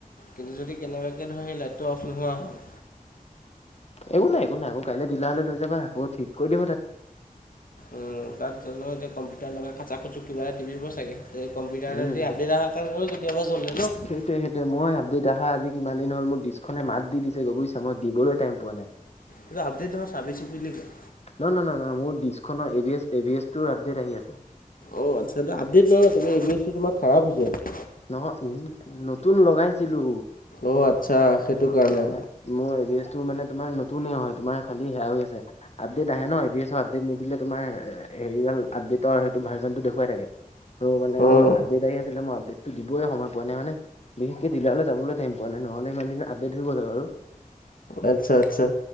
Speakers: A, on the left (about 75°); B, on the left (about 45°).
A: কিন্তু যদি কেনেবাকৈ ধৰ সেই লাইটো নোহোৱা হ'ল।
B: একো নাই, একো নাই আকৌ কাইলৈ ডিলাৰলৈ লৈ যাব আকৌ ঠিক কৰি দিবা তাত।
A: উম। তাত জানো এতিয়া কম্পিউটাৰ লগাই খাচাক খুচুক কিবা এটা টিপিব চাগে। এই কম্পিউটাৰ
B: উম,
A: যদি আপডেট অহাৰ কাৰণেটো কেতিয়াবা জলে ন।
B: সেইটোৱেই সেইটোৱেই, মই আপডেট আহা আজি কিমান দিন হ'ল, মোৰ ডিচখনে মাত দিছে গৈ বুজিছা, মই দিবলৈ টাইম পোৱা নাই।
A: এইটো আপডেট নহয় চাৰ্ভিচিং বুলি কয়?
B: নহয় নহয় মোৰ ডিচখনৰ এ বি এছ টো আপডেট আহি আছে।
A: অ আত্চ্ছা দা আপডেট নহয় তোমাৰ এ বি এছটো তোমাৰ খাৰাব হৈছে।
B: নহয় ও নতুন লগাইছিলো।
A: অ আত্চ্ছা সেইটো কাৰণে।
B: মানে মোৰ এবিষ্টটো মানে তোমাৰ নতুনে হয়। তোমাৰ খালি সেয়াও হৈ আছে। আপডেট আহে ন এবিষ্টৰ আপডেট নিদিলে তোমাৰ হেৰি আপডেটৰ সেইটো ভাৰ্জনটো দেখুৱাই থাকে। ত মানে
A: অঁ
B: মোৰ আপডেট আহি আছিলে, মই আপডেটত টো দিবই সময় পোৱা নাই। মানে বিশেষকে দিলাৰলে যাবলৈ টাইম পোৱা নাই, নহ'লে ইমান দিনা আপডেট হৈ গ'ল বাৰু।
A: আচ্ছা-আচ্ছা।